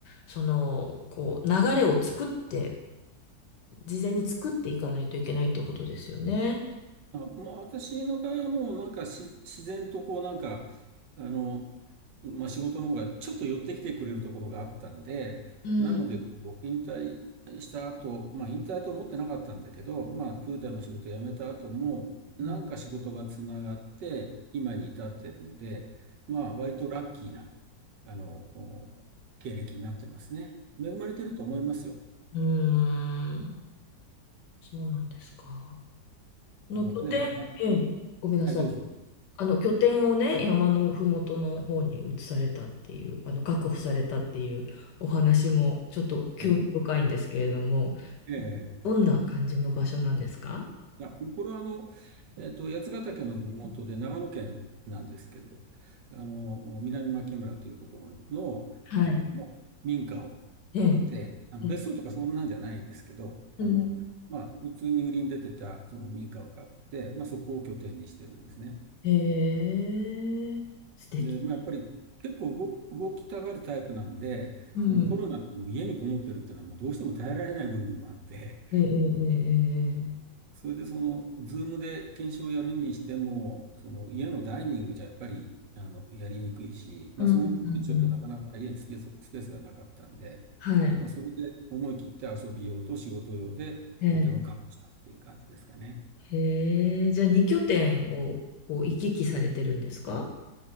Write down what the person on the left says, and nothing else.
その、こう、流れを作って、事前に作っていかないといけないってことですよね。
うん。
うん
うん、うーん、そうなんですか。この拠点、
ええ、ごめんなさい。
あの拠点をね、山のふもとの方に移されたっていう、あの確保されたっていうお話もちょっと興味深いんですけれども、
どんな感じの場所なんですか
はい。
ええ。
え
うん。
へえ、素敵。
うん。
ええ、ええ、ええ。ええ
うん。うんうん
はい。
ええ。へえ、じゃあ2拠点をこう行き来されてるんですか